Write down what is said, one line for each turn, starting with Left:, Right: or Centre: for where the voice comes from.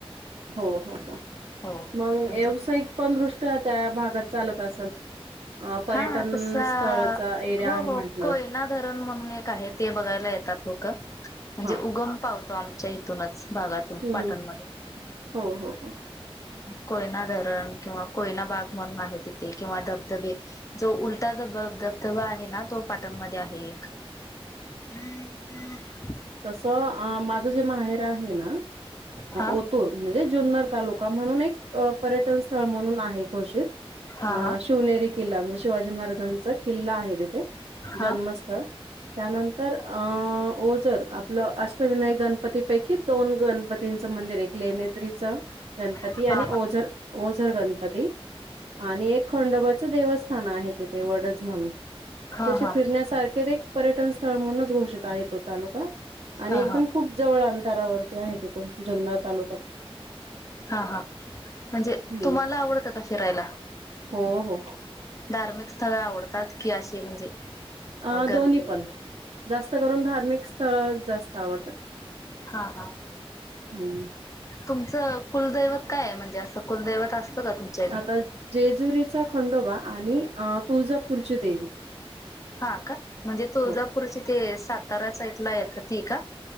Right: हो हो हो,
Left: हो म्हणजे
Right: मग व्यावसायिक पण दृष्ट्या त्या भागात चालत असल? अ पर्यटन
Left: हा तसा
Right: स्थळचा एरिया
Left: हो
Right: आहे म्हंटलं
Left: हो कोयना धरण म्हणून एक आहे ते बघायला येतात लोकं म्हणजे
Right: हा
Left: उगम पावतो आमच्या इ हितूनच भागातून
Right: हम्म
Left: पाटणमध्ये.
Right: हो हो हो
Left: कोयना धरण किंवा कोयना बाग म्हणून आहे तिथे किंवा धबधबे. जो उलटा धब धबधबा आहे ना तो पाटणमध्ये आहे एक. हम्म ह्
Right: तस माझ जे माहेर आहे ना
Left: हा
Right: ओतूर म्हणजे जुन्नर तालुका म्हणून एक पर्यटन स्थळ म्हणून आहे घोषित
Left: हा
Right: आ आ शिवनेरी किल्ला म्हणजे शिवाजी महाराजांचा किल्ला आहे तिथे
Left: हा
Right: जन्मस्थळ
Left: हा
Right: त्यानंतर अ ओझर आपलं अष्टविनायक गणपतीपैकी दोन गणपतीचं मंदिर एक लेण्याद्री चा गणपती
Left: हा
Right: आणि ओझर ओझर गणपती आणि एक खंडोबाचं देवस्थान आहे तिथे वडच म्हणून
Left: हा
Right: जसे
Left: हा हा
Right: फिरण्यासारखे एक पर्यटन स्थळ म्हणूनच घोषित आहे तो तालुका आणि
Left: हा
Right: एकदम
Left: हा
Right: खूप जवळ अंतरावरती आहे तिथून जुन्नर तालुक्यात
Left: हा हा म्हणजे
Right: हम्म
Left: तुम्हाला आवडतं फिरायला
Right: हो हो
Left: धार्मिक स्थळ आवडतात का अशी म्हणजे
Right: अ
Left: गर्दी
Right: दोन्ही पण जास्त करून धार्मिक स्थळ जास्त आवडतात
Left: हां हां
Right: हम्म
Left: तुमचं कुलदैवत काय आहे म्हणजे असं कुलदैवत असतं का तुमच
Right: आता जेजुरीचा खंडोबा आणि तुळजापूरची देवी
Left: हा का म्हणजे तुळजापूरची
Right: हो
Left: ते सातारा साइडला येत ती का